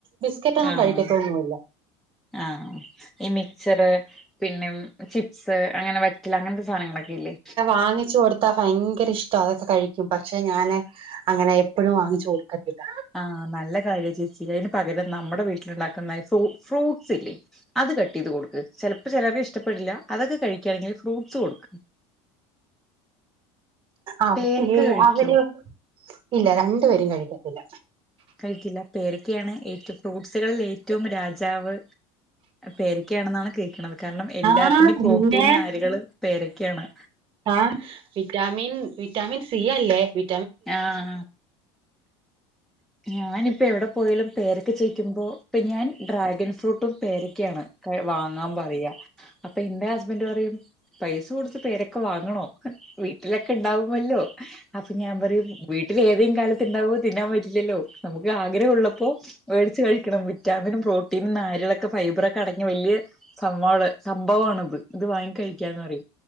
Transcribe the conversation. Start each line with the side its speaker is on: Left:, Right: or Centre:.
Right: ബിസ്ക്കറ്റ് ഒന്നും
Centre: ആഹ്
Right: കഴിക്കത്തൊന്നുല്ല
Centre: ആഹ് ഈ മിക്സ്ച്ചറ് പിന്നേം ചിപ്സ് അങ്ങനെ <unintelligible> അങ്ങൻത്തെ സാനങ്ങളൊക്കെ ഇല്ലേ
Right: വാങ്ങിച്ചുടു ത്താ ഭയങ്കര ഇഷ്ടവാ അതൊക്കെ കഴിക്കും പക്ഷെ ഞാന് അങ്ങനെ എപ്പഴും വാങ്ങിച്ചു കൊടുക്കത്തില്ല
Centre: ആഹ് നല്ല കാര്യം ചേച്ചി അയ്ന് പകരം നമ്മുടെ വീട്ടിലുണ്ടാക്കുന്ന ഫൂ ഫ്രൂട്ട്സ് ഇല്ലേ അത് കട്ട്യ്ത് കൊടുക്ക് ചിലപ്പോ ചിലർക്ക് ഇഷ്ടപ്പെടില്ല അതൊക്കെ കഴികാണെങ്കി ഫ്രൂട്ട്സ് കൊടുക്ക്
Right: ആഹ്
Centre: പേരക്ക
Right: അവ
Centre: കഴിക്കോ
Right: അവര് ഇല്ല രണ്ടു പേരും കഴിക്കത്തില്ല
Centre: കഴിക്കില്ല പേരക്കെയാണ് ഏറ്റ ഫ്രൂട്ട്സുകളിൽ ഏറ്റവും രാജാവ് പേരക്കാണെന്നാണ് കേക്ണത് കാരണം എല്ലാത്തിന്റെയും
Right: ആ
Centre: പ്രോട്ടീൻ
Right: പിന്നെ
Centre: നാരുകള് പേരക്കെയാണ്
Right: ആഹ് വിറ്റാമിൻ വിറ്റാമിൻ സി അല്ലേ വി
Centre: ആഹ് ആഹ് ഞാനിപ്പോ എവിടെ പോയാലും പരൊക്കെ ചയിക്കുമ്പോ ഇപ്പം ഞാൻ ഡ്രാഗൺ ഫ്രൂട്ടും പേരൊക്കെയാണ് ക്ക വാങ്ങാൻ പറയാ അപ്പൊ എന്റെ ഹസ്ബൻഡ് പറയും പൈസ കൊടുത്ത് പേരക്കെ വാങ്ങണോ ട്ടിലൊക്കെ ണ്ടാവുമല്ലോ അത് ഞാൻ പറയും വീട്ടിലേ ഏതേം കാലത്ത് ഉണ്ടാഓ തിന്നാൻ പറ്റില്ലല്ലോ നമുക്ക് ആഗ്രഹ ള്ളപ്പോ വേട്ച്ച് കഴിക്കണം വിറ്റാമിനും പ്രോട്ടീനും നാരളൊക്കെ ഫൈബറൊക്കെ അടങ്ങി വല്യ സംവറെ സംഭവാണത് ഇത് വാങ്ങി കഴിക്കാന്ന് പറി